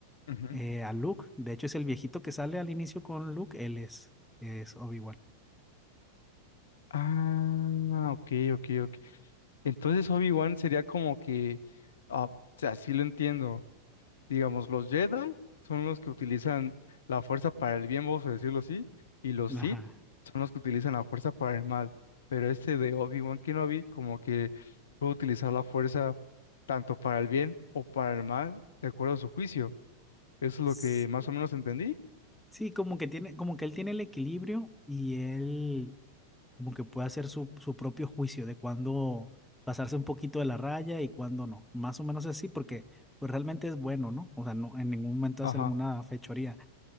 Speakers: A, on the left; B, in the centre.
A: Ujú.
B: eh, a Luke. De hecho, es el viejito que sale al inicio con Luke, él es, es Obi-Wan.
A: Ah, ok, ok, ok. Entonces Obi-Wan sería como que, ah, o sea, así lo entiendo. Digamos, los Jedi son los que utilizan la fuerza para el bien, vamos a decirlo así, y los Sith
B: Ajá.
A: son los que utilizan la fuerza para el mal. Pero este de Obi-Wan Kenobi como que puede utilizar la fuerza tanto para el bien o para el mal, de acuerdo a su juicio. Eso es
B: S-
A: lo que más o menos entendí.
B: Sí, como que tiene, como que él tiene el equilibrio y él como que puede hacer su, su propio juicio de cuándo pasarse un poquito de la raya y cuándo no. Más o menos así, porque pues realmente es bueno, ¿no? O sea, no, en ningún momento
A: Ajá.
B: hace alguna fechoría,